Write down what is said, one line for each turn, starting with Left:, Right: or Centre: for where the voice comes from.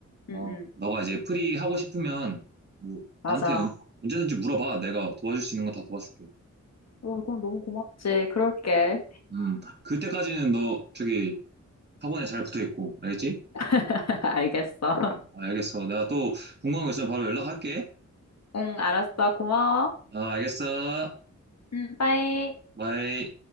Right: 어,
Left: 응, 응.
Right: 너가 이제 프리 하고 싶으면 뭐
Left: 맞아.
Right: 나한테 언- 언제든지 물어봐. 내가 도와줄 수 있는 거 다 도와줄게.
Left: 어, 그럼 너무 고맙지. 그럴게.
Right: 음, 그때까지는 너 저기 학원에 잘 붙어 있고, 알겠지?
Left: <laughs> 알겠어.
Right: 아, 알겠어. 내가 또 궁금한 거 있으면 바로 연락할게.
Left: 응, 알았어. 고마워.
Right: 아, 알겠어.
Left: 응, 빠이.
Right: 바이.